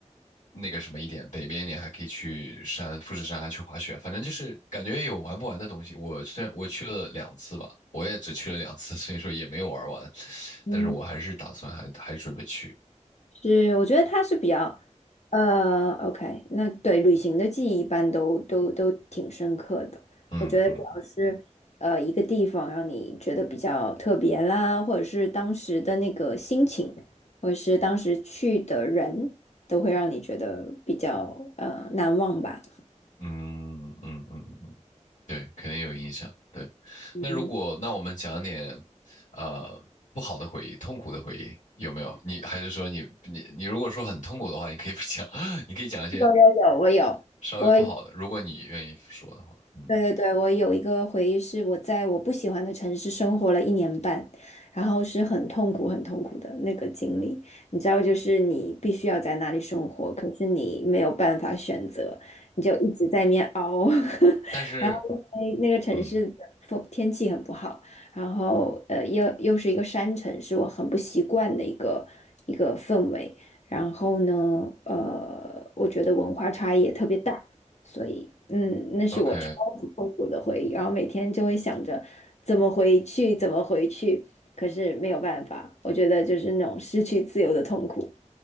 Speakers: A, on the left; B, on the left.
A: 那个什么一点，北边一点还可以去山富士山啊，去滑雪，反正就是感觉有玩不完的东西。我虽然我去了两次吧，我也只去了两次，<laughs> 所以说也没有玩完，
B: 嗯
A: 但是我还是打算还还准备去。
B: 是，我觉得它是比较，呃，OK，那对旅行的记忆一般都都都挺深刻的。
A: 嗯嗯
B: 我觉得主要是，呃，一个地方让你觉得比较特别啦，或者是当时的那个心情，或者是当时去的人，都会让你觉得比较呃难忘吧。
A: 嗯嗯嗯嗯，对，肯定有影响。对，
B: 嗯，
A: 那如果那我们讲点，呃，不好的回忆、痛苦的回忆有没有？你还是说你你你如果说很痛苦的话，你可以不讲，<laughs> 你可以讲一些
B: 有有有，我有，
A: 稍微不好的，
B: 我。
A: 如果你愿意说的话。嗯，
B: 对对对，我有一个回忆是我在我不喜欢的城市生活了一年半，然后是很痛苦、很痛苦的那个经历。你知道，就是你必须要在那里生活，可是你没有办法选择，你就一直在那边熬。<laughs>
A: 但是
B: 然后因为那个城市的风天气很不好，
A: 嗯
B: 然后呃又又是一个山城，是我很不习惯的一个一个氛围。然后呢，呃，我觉得文化差异也特别大。所以，嗯，那是我超级痛苦的回忆，
A: ，OK，
B: 然后每天就会想着怎么回去，怎么回去，可是没有办法，我觉得就是那种失去自由的痛苦。